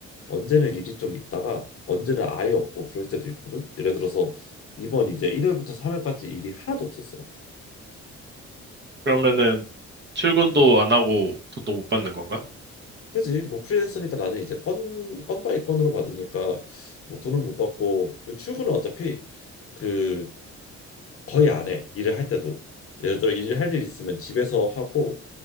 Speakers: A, on the left; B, on the right.
A: 언제는 일이 좀 있다가 언제는 아예 없고 그럴 때도 있거든. 예를 들어서 이번 이제 1월부터 3월까지 일이 하나도 없었어.
B: 그러면은 출근도 안 하고 돈도 못 받는 건가?
A: 그지? 뭐 프리랜서니까 나는 이제 건, 건 바이 건으로 받으니까 뭐 돈은 못 받고 출근은 어차피 그 거의 안 해. 일을 할 때도. 예를 들어 일을 할 일 있으면 집에서 하고